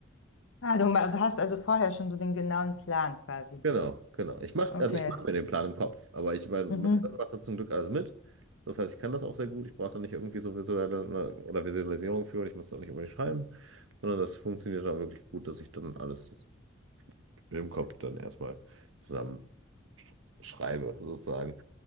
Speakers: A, on the left; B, on the right.
A: Ah, du ma- hast also vorher schon so den genauen Plan quasi.
B: Genau, genau. Ich mache,
A: Okay.
B: also ich mache mir den Plan im Kopf, aber ich, mein,
A: Mhm.
B: mein Gehirn macht das zum Glück alles mit. Das heißt, ich kann das auch sehr gut. Ich brauche da nicht irgendwie so visuelle ne, oder Visualisierung für und ich muss da nicht unbedingt schreiben, sondern das funktioniert dann wirklich gut, dass ich dann alles im Kopf dann erstmal zusammen schreibe, sozusagen.